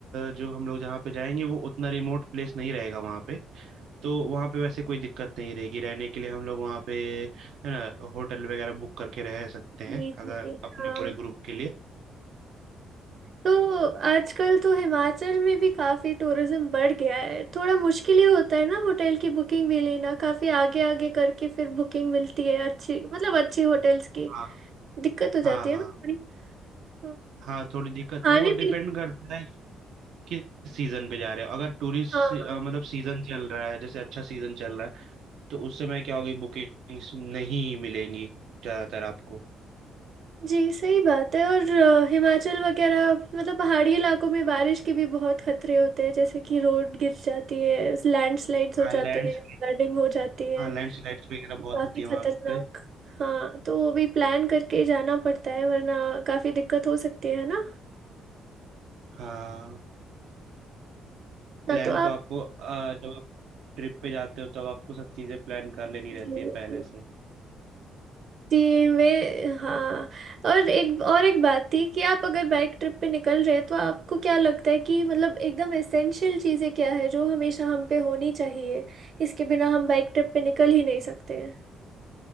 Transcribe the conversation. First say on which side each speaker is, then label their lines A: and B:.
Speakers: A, on the right; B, on the right.
A: जो हम लोग जहाँ पे जाएंगे वो उतना रिमोट प्लेस नहीं रहेगा वहाँ पे तो वहाँ पे वैसे कोई दिक्कत नहीं रहेगी रहने के लिए हम लोग वहाँ पे है ना होटल वगैरह बुक करके रह सकते
B: जी
A: हैं अगर
B: जी
A: अपने
B: हाँ
A: पूरे ग्रुप के लिए
B: तो आजकल तो हिमाचल में भी काफी टूरिज्म बढ़ गया है थोड़ा मुश्किल ही होता है ना होटल की बुकिंग भी लेना काफी आगे आगे करके फिर बुकिंग मिलती है अच्छी मतलब अच्छी होटल्स की
A: हाँ
B: दिक्कत हो
A: हाँ
B: जाती है
A: हाँ
B: ना थोड़ी हम्म,
A: हाँ थोड़ी दिक्कत
B: खाने
A: तो वो डिपेंड
B: पीने
A: करता है कि किस सीजन पे जा रहे हो अगर टूरिस्ट
B: हाँ
A: मतलब सीजन चल रहा है जैसे अच्छा सीजन चल रहा है तो उस समय क्या होगी बुकिंग्स नहीं मिलेंगी ज्यादातर आपको
B: जी सही बात है और अ, हिमाचल वगैरह मतलब पहाड़ी इलाकों में बारिश के भी बहुत खतरे होते हैं जैसे कि रोड गिर जाती है लैंडस्लाइड्स हो
A: हाँ लैंडस्लाइड
B: जाते हैं फ्लडिंग हो जाती है
A: हाँ लैंडस्लाइड्स वगैरह बहुत
B: काफी
A: होती है वहाँ
B: खतरनाक
A: पे
B: हाँ तो वो भी प्लान करके जाना पड़ता है वरना काफी दिक्कत हो सकती है ना
A: हाँ
B: ना
A: प्लान
B: तो
A: तो
B: आप
A: आपको अ, जब आप ट्रिप पे जाते हो तब आपको सब चीज़ें प्लान कर लेनी रहती
B: जी
A: है पहले
B: जी
A: से
B: जी, वे हाँ और एक और एक बात थी कि आप अगर बाइक ट्रिप पे निकल रहे हैं तो आपको क्या लगता है कि मतलब एकदम एसेंशियल चीज़ें क्या है जो हमेशा हम पे होनी चाहिए इसके बिना हम बाइक ट्रिप पे निकल ही नहीं सकते हैं